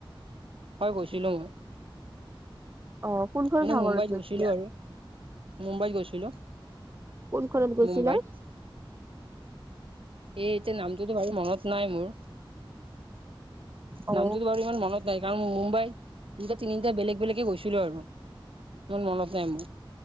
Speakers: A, on the right (about 85°); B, on the right (about 30°).
A: হয় গৈছিলো মই
B: অ কোনখন
A: এনেই
B: সাগৰত
A: মুম্বাইত
B: গৈছিলা?
A: গৈছিলো আৰু মুম্বাইত গৈছিলো
B: কোনখনত গৈছিলাম
A: মুম্বাইত এই এতিয়া নামটোতো ভাৰি মনত নাই মোৰ
B: অ
A: নামটোতো বাৰু ইমান মনত নাই কাৰণ মুম্বাইত দুটা নি এতিয়া বেলেগ বেলেগে গৈছিলো আৰু ইমান মনত নাই মই